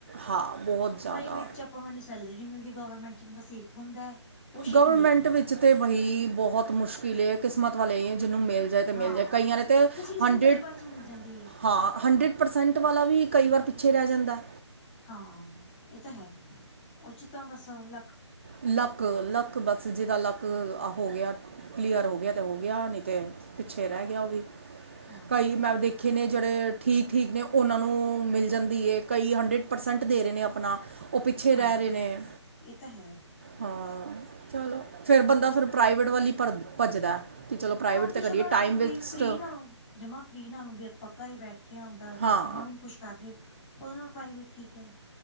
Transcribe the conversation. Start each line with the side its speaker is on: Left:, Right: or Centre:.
Right: ਹਾਂ ਬਹੁਤ ਜ਼ਿਆਦਾ
Left: ਪ੍ਰਾਈਵੇਟ ਚ ਆਪਾਂ ਨੂੰ ਏਨੀ ਸੈਲਰੀ ਨੀ ਮਿਲਦੀ ਗਵਰਮੈਂਟ ਚ ਬੰਦਾ ਸੇਫ ਹੁੰਦਾ ਉਹ ਛੇਤੀ
Right: ਗਵਰਮੈਂਟ
Left: ਮਿਲਦੀ ਨਹੀਂ
Right: ਵਿੱਚ ਤਾਂ ਬਹੀ ਬਹੁਤ ਮੁਸ਼ਕਿਲ ਐ ਕਿਸਮਤ ਵਾਲੇ ਜਿਹਨੂੰ ਮਿਲ ਤਾਂ
Left: ਹਾਂ
Right: ਮਿਲ ਜਾਏ ਕਈਆਂ ਦੇ ਤੇ
Left: ਕਿਸੇ ਕਿਸੇ
Right: ਹੰਡਰੇਡ
Left: ਨੂੰ ਪਹਿਲੀ ਵਾਰ 'ਚ ਮਿਲ ਜਾਂਦੀ
Right: ਹਾਂ ਹੰਡਰੇਡ ਪਰਸੈਂਟ ਵਾਲਾ ਵੀ ਕਈ ਵਾਰ ਪਿੱਛੇ ਰਹਿ ਜਾਂਦਾ।
Left: ਹਾਂ ਇਹ ਤਾਂ ਹੈ ਉਹਚ ਤਾਂ ਬਸ ਲ
Right: ਲੱਕ ਲੱਕ ਬੱਸ ਜਿਹਦਾ ਲੱਕ ਅਹ
Left: ਹਾਂ
Right: ਹੋ ਗਿਆ, ਕਲੀਅਰ ਹੋ ਗਿਆ ਤੇ ਹੋ ਗਿਆ ਨਈਂ ਤੇ ਪਿੱਛੇ ਰਹਿ ਗਿਆ ਉਹ ਵੀ।
Left: ਹਾਂ
Right: ਕਈ ਮੈਂ ਦੇਖੇ ਨੇ ਜਿਹੜੇ ਠੀਕ ਠੀਕ ਨੇ ਉਹਨਾਂ ਨੂੰ ਮਿਲ ਜਾਂਦੀ ਐ ਕਈ ਹੰਡਰੇਡ ਪਰਸੈਂਟ ਦੇ ਰਹੇ ਨੇ ਆਪਣਾ। ਉਹ ਪਿੱਛੇ
Left: ਹਾਂਜੀ,
Right: ਰਹਿ ਰਹੇ ਨੇ
Left: ਇਹ ਤਾਂ ਹੈ।
Right: ਹਾਂ ਚਲੋ, ਫੇਰ ਬੰਦਾ ਫੇਰ ਪ੍ਰਾਈਵੇਟ ਵਲ ਹੀ ਭ ਭੱਜਦਾ। ਕਿ ਚਲੋ ਪ੍ਰਾਈਵੇਟ
Left: ਹਾਂ
Right: ਤੇ
Left: ਪਿਛਲੋ
Right: ਕਰੀਏ
Left: ਏਵੀ
Right: ਟਾਈਮ ਵੇਸਟ
Left: ਫਰੀ ਨਾ ਜਮਾ ਫਰੀ ਨਾਲੋ ਵੀ ਆਪਾਂ ਘਰੇ ਬੈਠੇਆਂ ਆਪਦਾ
Right: ਹਾਂ
Left: ਜਮਾ ਵੀ ਨੀ ਕੁਛ ਕਰ ਰਹੇ ਉਹਦੇ ਨਾਲ ਪ੍ਰਾਈਵੇਟ ਠੀਕ ਐ।